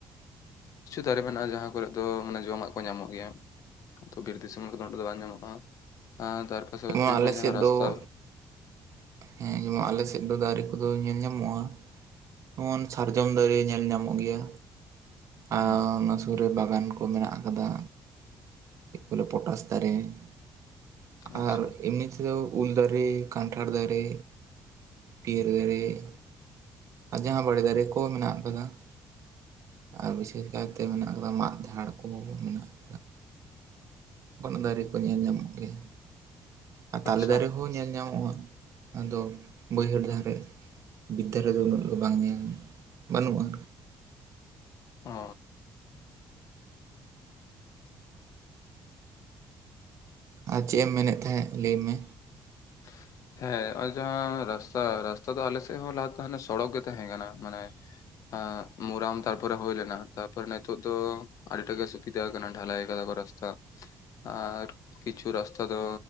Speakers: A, on the left; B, on the right.
A: ᱠᱤᱪᱷᱩ ᱫᱟᱨᱮ ᱢᱮᱱᱟᱜᱼᱟ ᱡᱟᱦᱟᱸ ᱠᱚᱨᱮᱜ ᱫᱚ ᱢᱟᱱᱮ ᱡᱚᱢᱟᱜ ᱠᱚ ᱧᱟᱢᱚᱜ ᱜᱮᱭᱟ ᱾ ᱛᱚ ᱵᱤᱨ ᱫᱤᱥᱚᱢ ᱫᱚ ᱱᱚᱸᱰᱮ ᱫᱚ ᱵᱟᱝ ᱧᱟᱢᱚᱜ ᱠᱟᱱᱟ ᱟᱻ ᱛᱟᱨ ᱯᱟᱥᱟ
B: ᱡᱮᱢᱚᱱ
A: ᱯᱟᱥᱤ ᱱᱚᱜᱼᱚᱭ
B: ᱟᱞᱮ ᱥᱮᱫ
A: ᱡᱟᱦᱟᱸ
B: ᱫᱚ
A: ᱨᱟᱥᱛᱟ
B: ᱦᱮᱸ ᱡᱮᱢᱚᱱ ᱟᱞᱮ ᱥᱮᱫ ᱫᱚ ᱫᱟᱨᱮ ᱠᱚᱫᱚ ᱧᱮᱞ ᱧᱟᱢᱚᱜᱼᱟ ᱾ ᱡᱮᱢᱚᱱ ᱥᱟᱨᱡᱚᱢ ᱫᱟᱨᱮ ᱧᱮᱞ ᱧᱟᱢᱚᱜ ᱜᱮᱭᱟ ᱟᱨ
A: ᱦᱩᱸ
B: ᱚᱱᱟ ᱥᱩᱨ ᱨᱮ ᱵᱟᱜᱟᱱ ᱠᱚ ᱠᱚ ᱢᱮᱱᱟᱜ ᱟᱠᱟᱫᱟ ᱪᱮᱫ ᱠᱚ ᱞᱟᱹᱭᱼᱟ ᱯᱚᱴᱟᱥ ᱫᱟᱨᱮ ᱾
A: ᱟᱪᱪᱷᱟ
B: ᱟᱨ ᱮᱢᱱᱤ ᱛᱮᱫᱚ ᱩᱞ ᱫᱟᱨᱮ ᱠᱟᱱ ᱴᱷᱟᱲ ᱫᱟᱨᱮ, ᱯᱤᱭᱟᱹᱨᱤ ᱫᱟᱨᱮ ᱾ ᱟᱨ ᱡᱟᱸᱦᱟ ᱵᱟᱲᱮ ᱫᱟᱨᱮ ᱠᱚ ᱢᱮᱱᱟᱜ ᱟᱠᱟᱫᱟ ᱾ ᱟᱨ ᱵᱤᱥᱮᱥ ᱠᱟᱭᱛᱮ ᱢᱮᱱᱟᱜ ᱟᱠᱟᱫᱟ ᱢᱟᱫ ᱡᱷᱟᱲ ᱠᱚ ᱢᱮᱱᱟᱜ-ᱟ ᱾ ᱚᱱᱟ ᱫᱟᱨᱮ ᱠᱚ ᱧᱮᱞ ᱧᱟᱢᱚᱜ ᱜᱮᱭᱟ ᱟᱨ ᱛᱟᱞᱮ
A: ᱟᱪᱪᱷᱟ
B: ᱫᱟᱨᱮ ᱦᱚᱸ ᱧᱮᱞ ᱧᱟᱢᱚᱜᱼᱟ ᱟᱫᱚ ᱵᱟᱹᱭᱦᱟᱹᱲ ᱫᱷᱟᱨᱮ ᱵᱷᱤᱛᱟᱹᱨ ᱨᱮᱫᱚ ᱩᱱᱟᱹᱜ ᱫᱚ ᱵᱟᱝ ᱧᱮᱞ ᱵᱟᱹᱱᱩᱜᱼᱟ
A: ᱚᱻ
B: ᱟᱨ ᱪᱮᱜᱼᱮᱢ ᱢᱮᱱᱮᱫ ᱛᱟᱦᱮᱸᱫ ᱞᱟᱹᱭ ᱢᱮ
A: <inaudible> ᱦᱮᱸ ᱱᱚᱼᱚᱭ ᱡᱟᱸᱦᱟ ᱨᱟᱥᱛᱟ ᱨᱟᱥᱛᱟ ᱫᱚ ᱟᱞᱮ ᱥᱮᱫ ᱦᱚᱸ ᱞᱟᱦᱟ ᱦᱟᱱᱮ ᱥᱚᱲᱚᱠ ᱜᱮ ᱛᱟᱸᱦᱮ ᱠᱟᱱᱟ ᱢᱟᱱᱮ ᱟ ᱢᱳᱨᱟᱢ ᱛᱟᱨᱯᱚᱨᱮ ᱦᱩᱭ ᱞᱮᱱᱟ ᱛᱟᱯᱚᱨᱮ ᱱᱤᱛᱚᱜ ᱫᱚ ᱟᱹᱰᱤ ᱴᱟᱜ ᱜᱮ ᱥᱩᱵᱤᱫᱷᱟ ᱟᱠᱟᱱᱟ ᱰᱷᱟᱞᱟᱭ ᱠᱟᱫᱟ ᱠᱚ ᱨᱟᱥᱛᱟ ᱫᱟ ᱟᱨ ᱠᱤᱪᱷᱩ ᱨᱟᱥᱛᱟ ᱫᱚ